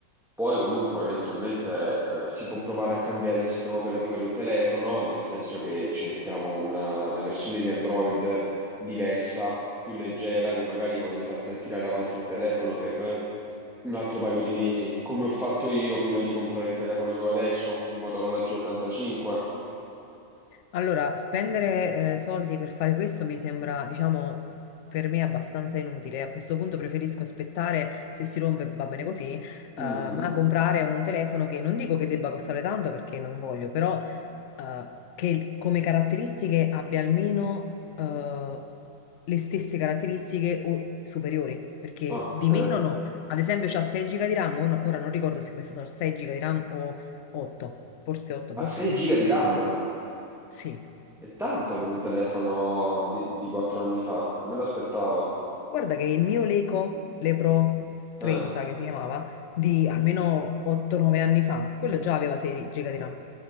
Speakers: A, in the centre; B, on the left.
A: Poi comunque eventualmente eh, si può provare a cambiare il sistema operativo del telefono, nel senso che ci mettiamo una, una versione di Android diversa, più leggera, che magari può aiutarti a tirare avanti il telefono per un altro paio di mesi, come ho fatto io prima di comprare il telefono che ho adesso, un Motorola G85.
B: allora spendere eh, soldi per fare questo mi sembra, diciamo, per me abbastanza inutile. A questo punto preferisco aspettare, se si rompe va bene così, eh,
A: Mhm,
B: ma comprare un telefono che non dico che debba costare tanto perché non voglio, però eh, che come caratteristiche abbia almeno eh, le stesse caratteristiche o superiori, perché
A: Ok.
B: di meno no. Ad esempio, c'ha 6 giga di RAM, o no- ora non ricordo se questo sono 6 giga di RAM o 8, forse 8, boh.
A: A 6 giga di
B: No,
A: RAM?
B: sì.
A: È tanto per un telefono di, di 4 anni fa. Me lo aspettavo.
B: Guarda che il mio Leco, Lepro 3
A: Eh,
B: mi sa che si chiamava, di almeno 8-9 anni fa, quello già aveva 6 giga di RAM.